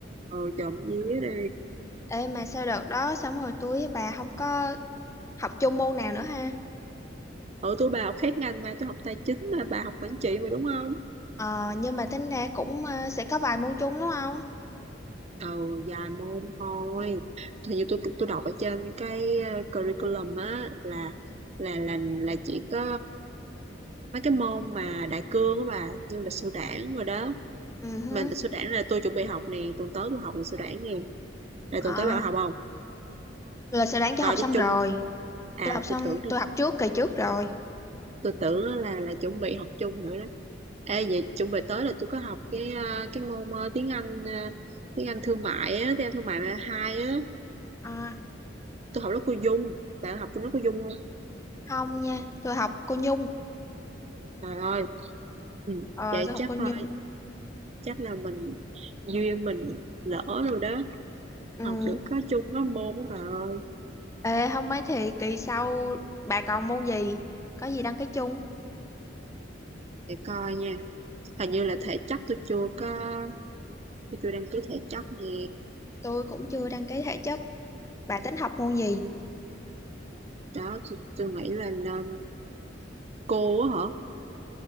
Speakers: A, on the right (about 35°); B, on the left (about 15°).
A: ừ, trộm vía đi.
B: Ê mà sau đợt đó xong rồi tôi với bà không có học chung môn nào nữa ha.
A: Ở tôi bà học khác ngành mà tôi học tài chính mà bà học quản trị mà đúng không?
B: Ờ, nhưng mà tính ra cũng ờ, sẽ có vài môn chung đúng không?
A: ừ dài môn thôi thì như tôi tôi đọc ở trên cái ờ, curriculum á là là là là chỉ có mấy cái môn mà đại cương á bà như lịch sử đảng rồi đó
B: Ừ, hứ.
A: mà lịch sử đảng là tôi chuẩn bị học nè tuần tới tôi học lịch sử đảng nè là
B: Ờ,
A: tuần tới bà học không
B: là sẽ đáng cho
A: coi
B: học xong
A: cho chung
B: rồi.
A: à
B: Tôi học xong,
A: tôi tưởng là-
B: tôi học trước kỳ trước rồi.
A: tôi tưởng á là là chuẩn bị học chung nữa đó Ê, vậy chuẩn bị tới là tôi có học cái ờ, cái môn ờ, tiếng Anh ờ, tiếng Anh thương mại á tiếng Anh thương mại hai á
B: À,
A: tôi học lớp cô Dung bạn học chung lớp cô Dung không
B: Không nha, tôi học cô Nhung.
A: trời ơi ừ.
B: Ờ,
A: vậy
B: tôi học
A: chắc
B: cô Nhung.
A: thôi chắc là mình duyên mình lỡ rồi đó
B: Ừ.
A: học được có chung có môn đó bà ơi
B: Ê, không mấy thì kỳ sau bà còn môn gì? Có gì đăng ký chung?
A: để coi nha hình như là thể chất tôi chưa có tôi chưa đăng ký thể chất nè
B: Tôi cũng chưa đăng ký thể chất. Bà tính học môn gì?
A: đó tôi, tôi nghĩ là nên cô á hả